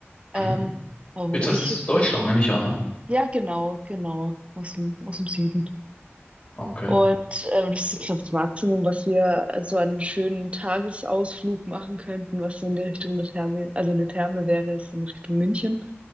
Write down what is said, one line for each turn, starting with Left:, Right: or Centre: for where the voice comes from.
Right: Ähm,
Left: Mhm.
Right: aber wo
Left: Jetzt das
Right: ich jetzt,
Left: Deutschland, nehme ich an, ne?
Right: ja, genau, genau, aus dem, aus dem Süden.
Left: Okay.
Right: Und ähm, das ist, glaube ich, das Maximum, was wir so einen schönen Tagesausflug machen könnten, was so in die Richtung der Therme, also eine Therme wäre, ist in Richtung München.